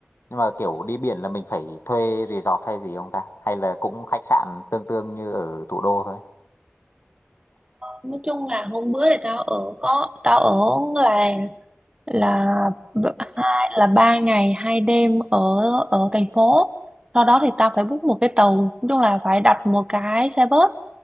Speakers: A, on the left; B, on the right.
A: nhưng mà kiểu đi biển là mình phải thuê resort hay gì không ta hay là cũng khách sạn tương tương như ở thủ đô thôi
B: nói chung là hôm bữa thì tao ở có tao ở làng là b- hai là ba ngày hai đêm ở ở thành phố sau đó thì tao phải book một cái tàu nói chung là phải đặt một cái xe bus